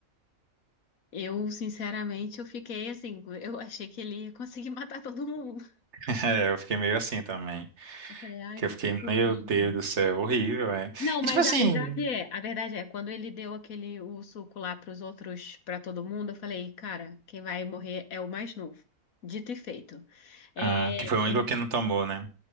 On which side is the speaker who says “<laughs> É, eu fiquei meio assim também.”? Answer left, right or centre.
Right